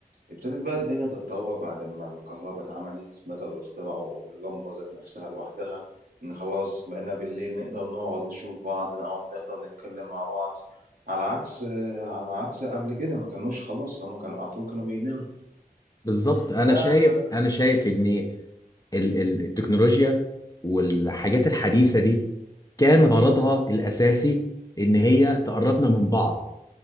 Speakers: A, on the right; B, on the left.
A: ابتدت بقى الدنيا تتطور بعد ما الكهرباء اتعملت بدأوا يخترعوا اللمبة ذات نفسها لوحدها إن خلاص بقينا بالليل نقدر نقعد نشوف بعض نقعد نقدر نتكلم مع بعض على عكس على عكس قبل كده ما كانوش خلاص لما كان على طول كانوا بيناموا
B: بالظبط أنا
A: فبدأ
B: شايف أنا شايف إن ال... ال- التكنولوجيا والحاجات الحديثة دي كان غرضها الأساسي إن هي تقربنا من بعض